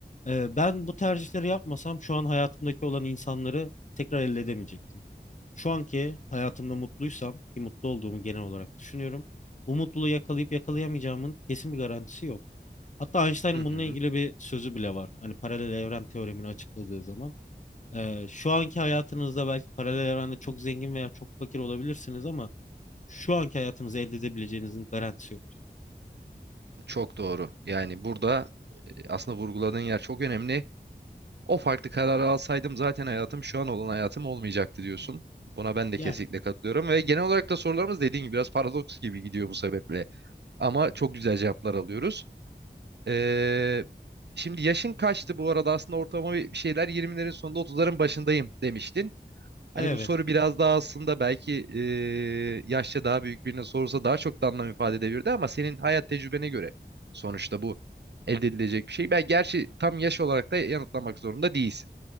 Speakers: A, on the left; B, on the right.
A: Ee, ben bu tercihleri yapmasam şu an hayatımdaki olan insanları tekrar elde edemeyecektim. Şu anki hayatımda mutluysam ki mutlu olduğumu genel olarak düşünüyorum. Bu mutluluğu yakalayıp yakalayamayacağımın kesin bir garantisi yok. Hatta Einstein'ın
B: Hı hı.
A: bununla ilgili bir sözü bile var. Hani paralel evren teoremini açıkladığı zaman. Ee, şu anki hayatınızda belki paralel evrende çok zengin veya çok fakir olabilirsiniz ama şu anki hayatınızı elde edebileceğinizin garantisi yok diyor.
B: Çok doğru. Yani burada e, aslında vurguladığın yer çok önemli. O farklı kararı alsaydım zaten hayatım şu an olan hayatım olmayacaktı diyorsun. Buna ben de
A: Yani
B: kesinlikle katılıyorum ve genel olarak da sorularımız dediğin gibi biraz paradoks gibi gidiyor bu sebeple. Ama çok güzel cevaplar alıyoruz. Ee, şimdi yaşın kaçtı bu arada aslında ortalama bir şeyler 20'lerin sonunda 30'ların başındayım demiştin. Hani
A: evet
B: bu soru biraz daha aslında belki eee yaşça daha büyük birine sorulsa daha çok da anlam ifade edebilirdi ama senin hayat tecrübene göre sonuçta bu elde edilecek bir şey. Ben gerçi tam yaş olarak da yanıtlamak zorunda değilsin.